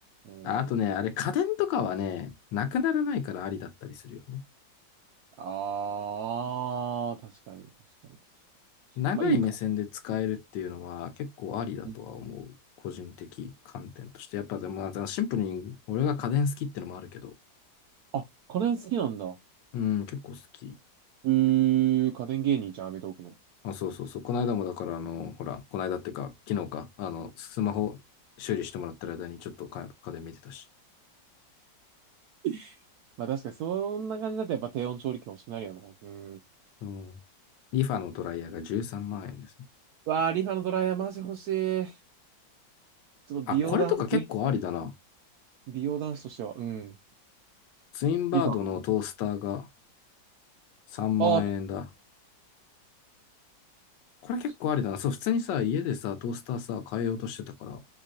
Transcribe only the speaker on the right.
うん。
ああ、確かに、確かに、確かに。
まあ、いいうん
あ、家電好きなんだ。う
ー、家電芸人じゃん、アメトーークの。
<laughs> まあ確かにそんな感じだとやっぱ低温調理器欲しくなるよな。うん。
わあ、リファのドライヤーマジ欲しい。ちょっと美容男、
美美容男子としては、うん。
リファ。
ああ、ちょ
っと